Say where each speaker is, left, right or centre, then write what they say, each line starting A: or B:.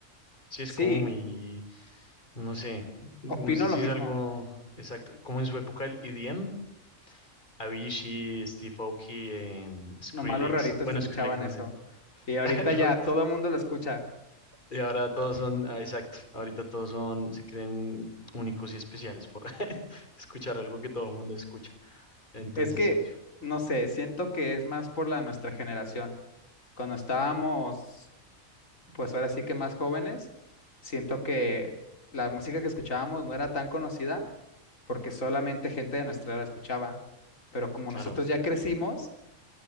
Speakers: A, on the left; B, on the left.
A: Sí, es
B: Sí,
A: como muy No sé, no
B: opino
A: sé
B: lo
A: si
B: mismo.
A: es algo exacto, como en su época el EDM, Avicii, Steve Aoki, eh, Skrillex,
B: Nomás los raritos
A: bueno,
B: escuchaban
A: Skrillex no
B: eso.
A: sé,
B: Y ahorita
A: <laughs> Los-
B: ya todo el mundo lo escucha.
A: y ahora todos son, ah, exacto, ahorita todos son, se creen únicos y especiales por <laughs> escuchar algo que todo el mundo escucha, entonces
B: Es que,
A: sí,
B: no sé, siento que es más por la nuestra generación. Cuando estábamos, pues ahora sí que más jóvenes, siento que la música que escuchábamos no era tan conocida porque solamente gente de nuestra edad la escuchaba. Pero como
A: claro,
B: nosotros ya crecimos,